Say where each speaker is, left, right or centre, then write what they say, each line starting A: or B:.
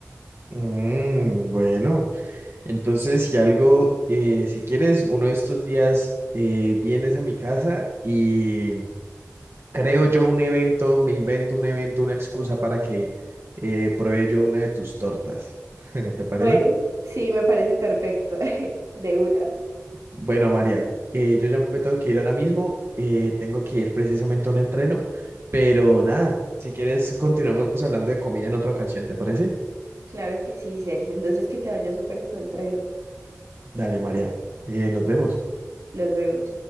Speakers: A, on the right; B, on the right.
A: Mm, bueno, entonces si algo, eh, si quieres, uno de estos días eh, vienes a mi casa y creo yo un evento, me invento un evento, una excusa para que eh, pruebe yo una de tus tortas. <laughs> ¿Te parece?
B: Bueno, sí, me parece perfecto. <laughs> De una.
A: Bueno, María, eh, yo ya me tengo que ir ahora mismo, eh, tengo que ir precisamente a un entreno, pero nada, si quieres continuamos hablando de comida en otra ocasión, ¿te parece?
B: Claro que sí, Sergio. Entonces que te vaya súper en tu entreno.
A: Dale, María, eh, nos vemos.
B: Nos vemos.